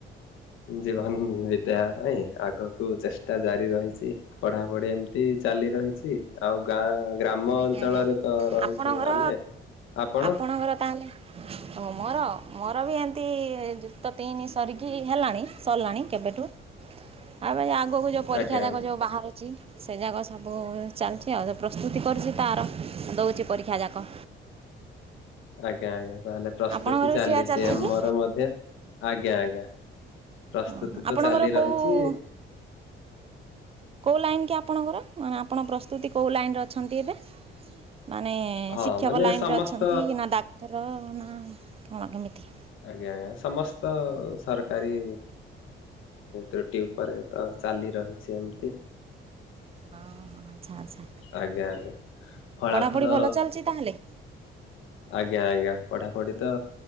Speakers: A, on the left; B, on the right.
A: ଜୀବନ ବିତେଇବା ପାଇଁ ଆଗକୁ ଚେଷ୍ଟା ଜାରି ରହିଚି ପଢାପଢି ଏମତି ଏମତି ଚାଲି ରହିଚି ଆଉ ଗାଁ ଗ୍ରାମ
B: ଆଜ୍ଞା
A: ଅଞ୍ଚଳରେ
B: ଆଜ୍ଞା
A: ତ ରହୁଛୁ
B: ଆପଣଙ୍କର
A: ଆମେ ଆପଣ
B: ଆପଣଙ୍କର ତାହେଲେ ଓ ମୋର ମୋର ବି ଏମତି ତ ତିନି ସରିକି ହେଲାଣି ସରିଲାଣି କେବେଠୁ ଆ ଆଗକୁ ଯେଉଁ ପରୀକ୍ଷା
A: ଆଜ୍ଞା
B: ଯକ
A: ଆଜ୍ଞା
B: ଯେଉଁ ବାହାରୁଚି ସେ ଯାଗକ ସବୁ ଚାଲିଛି ଆଉ ପ୍ରସ୍ତୁତି କରିଚି। ତାର ଦୋଉଚି ପରୀକ୍ଷା ଯାକ।
A: ଆଜ୍ଞା ଆଜ୍ଞା ତାହେଲେ ପ୍ରସ୍ତୁତି
B: ଆପଣଙ୍କର
A: ଚାଲିଚି
B: ବି ସେୟା ଚାଲିଛି
A: ଆମର
B: କି ହଁ
A: ମଧ୍ୟ, ଆଜ୍ଞା ଆଜ୍ଞା। ପ୍ରସ୍ତୁତି
B: ହଁ
A: ତ
B: ଆପଣଙ୍କର
A: ଚାଲି ରହିଛି
B: କୋଉ କେଉଁ ଲାଇନ୍ କି ଆପଣଙ୍କର ମାନେ ଆପଣ ପ୍ରସ୍ତୁତି କେଉଁ ଲାଇନ୍ରେ ଅଛନ୍ତି ଏବେ? ମାନେ
A: ହଁ
B: ଶିକ୍ଷକ
A: ମାନେ
B: ଲାଇନରେ
A: ସମସ୍ତ
B: ଅଛନ୍ତି ନା ଡାକ୍ତର ନା କଣ କେମିତି?
A: ଆଜ୍ଞା ଆଜ୍ଞା ସମସ୍ତ ସରକାରୀ ତ୍ରୁଟି ଉପରେ ତ ଚାଲି ରହିଚି ଏମିତି।
B: ହଁ ହଁ ଆଚ୍ଛା ଆଚ୍ଛା
A: ଆଜ୍ଞା ଆଜ୍ଞା ଫଳା
B: ପଢ଼ାପଢ଼ି
A: ଫଳ
B: ଭଲ ଚାଲିଛି ତାହେଲେ
A: ଆଜ୍ଞା ଆଜ୍ଞା ପଢାପଢି ତ